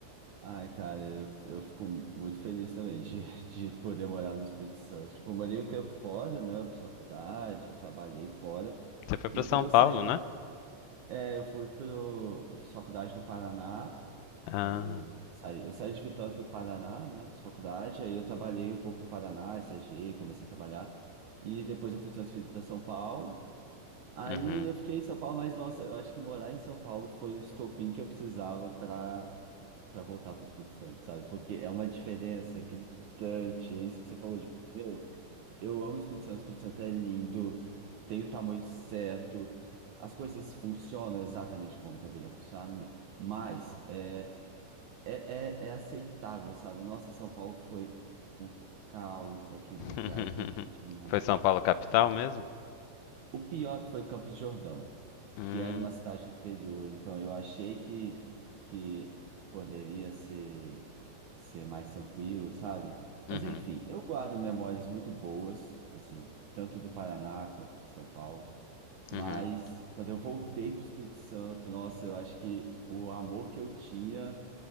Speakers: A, on the right; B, on the left.
A: Ai, cara, eu, eu fico muito feliz também de, <laughs> de poder morar no Espírito Santo. Tipo, eu morei o tempo fora, né, fiz faculdade, trabalhei fora,
B: Você foi pra
A: e
B: São
A: quando
B: Paulo,
A: eu saí
B: né?
A: É, eu fui pro. Eu fiz faculdade no Paraná,
B: Ah,
A: quando eu saí. Eu saí de Vitória, fui pro Paraná, né? Fiz faculdade, aí eu trabalhei um pouco no Paraná, estagiei, comecei a trabalhar. E depois eu fui transferido para São Paulo. Aí
B: uhum.
A: eu fiquei em São Paulo, mas nossa, eu acho que morar em São Paulo foi o estopim que eu precisava para para voltar para o Espírito Santo, sabe? Porque é uma diferença gritante, é isso que você falou, de, meu, eu amo o Espírito Santo, o Espírito Santo é lindo, tem o tamanho certo, as coisas funcionam exatamente como deveriam funcionar, não. Mas é, é, é, é aceitável, sabe? Nossa, São Paulo foi o caos, aquele
B: <laughs>
A: lugar, aquele gente mundo.
B: Foi São Paulo capital mesmo?
A: O pior é que foi Campos do Jordão
B: Hum,
A: que é de uma cidade do interior, então eu achei que, que poderia ser, ser mais tranquilo, sabe? Mas
B: uhum,
A: enfim, eu guardo memórias muito boas, assim, tanto do Paraná quanto de São Paulo, mas
B: uhum.
A: quando eu voltei para o Espírito Santo, nossa, eu acho que o amor que eu tinha,